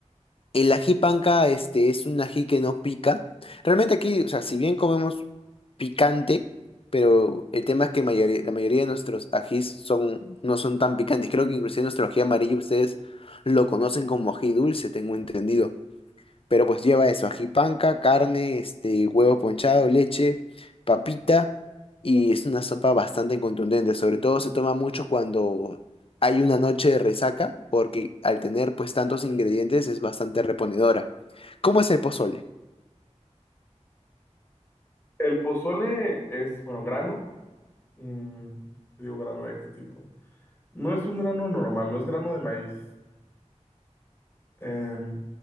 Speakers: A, on the left (about 50°); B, on the left (about 20°).
A: El ají panca, este, es un ají que no pica. Realmente aquí, o sea, si bien comemos picante, pero el tema es que mayori- la mayoría de nuestros ajís son, no son tan picantes. Creo que inclusive nuestro ají amarillo ustedes lo conocen como ají dulce, tengo entendido. Pero pues lleva eso, ají panca carne, este, huevo ponchado, leche, papita, y es una sopa bastante contundente. Sobre todo se toma mucho cuando hay una noche de resaca, porque al tener pues tantos ingredientes es bastante reponedora. ¿Cómo es el pozole?
B: el pozole es, bueno, grano. mm, te digo, grano de qué tipo. No es un grano normal, no es grano de maíz. Em,